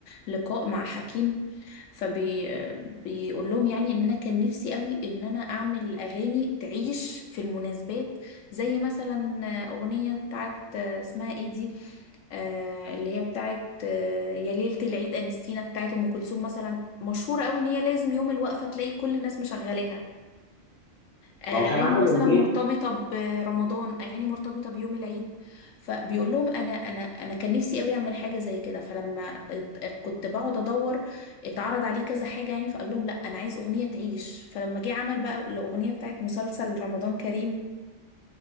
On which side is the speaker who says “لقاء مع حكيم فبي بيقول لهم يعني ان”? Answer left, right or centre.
Left